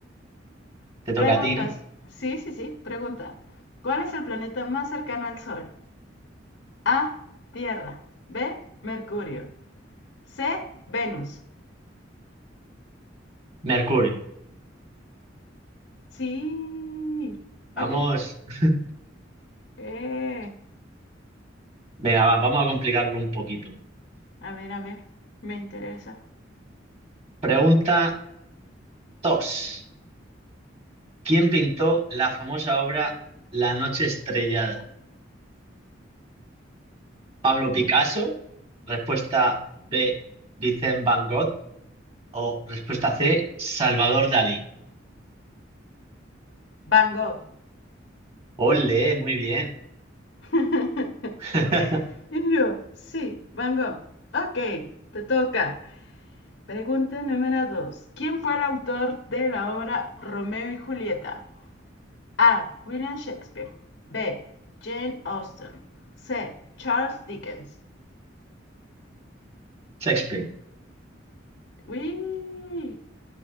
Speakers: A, on the right (about 35°); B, on the left (about 85°).
A: te toca
B: Preguntas.
A: a ti, ¿no?
B: Sí, sí, sí, pregunta. ¿Cuál es el planeta más cercano al Sol? A. Tierra. B. Mercurio. C. Venus.
A: Mercurio.
B: Sí. Ok.
A: Vamos, <laughs>
B: Eh,
A: venga, va, vamos a complicarlo un poquito.
B: a ver, a ver. Me interesa.
A: Pregunta Dos. ¿Quién pintó la famosa obra La noche estrellada? ¿Pablo Picasso? Respuesta B, Vincent Van Gogh. O respuesta C, Salvador Dalí.
B: Van Gogh.
A: Ole, muy bien.
B: <laughs>
A: <laughs>
B: Y yo, sí, Van Gogh. Ok, te toca. Pregunta número 2. ¿Quién fue el autor de la obra Romeo y Julieta? A. William Shakespeare. B. Jane Austen. C. Charles Dickens.
A: Shakespeare.
B: ¡Uy!